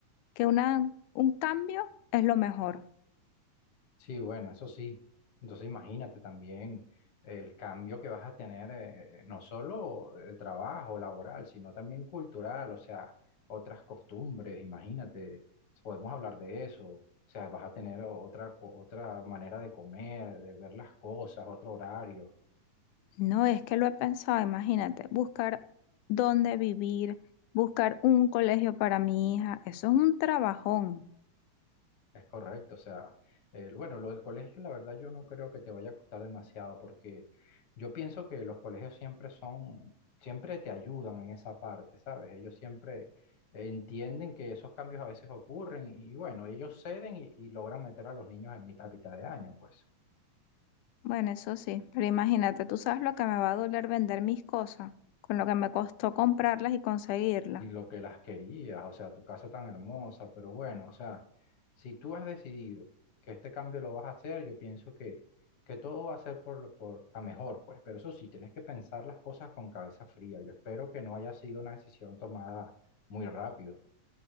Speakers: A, on the left; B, on the left.
A: que una, un cambio es lo mejor.
B: Sí, bueno, eso sí. Entonces imagínate también eh, el cambio que vas a tener, eh, eh, no solo de trabajo laboral, sino también cultural, o sea, otras costumbres, imagínate, podemos hablar de eso, o sea, vas a tener o- otra, co- otra manera de comer, de ver las cosas, otro horario.
A: No es que lo he pensado, imagínate, buscar dónde vivir, buscar un colegio para mi hija, eso es un trabajón.
B: Es correcto, o sea, el- bueno, lo del colegio, la verdad yo no creo que te vaya a costar demasiado porque yo pienso que los colegios siempre son, siempre te ayudan en esa parte, ¿sabes? Ellos siempre entienden que esos cambios a veces ocurren y, bueno, ellos ceden y, y logran meter a los niños en mitad, mitad de año, pues.
A: Bueno, eso sí, pero imagínate, tú sabes lo que me va a doler vender mis cosas, con lo que me costó comprarlas y conseguirlas.
B: y lo que las querías, o sea, tu casa tan hermosa, pero bueno, o sea, si tú has decidido que este cambio lo vas a hacer, yo pienso que, que todo va a ser por, lo- por a mejor, pues, pero eso sí, tienes que pensar las cosas con cabeza fría. Yo espero que no haya sido una decisión tomada muy rápido.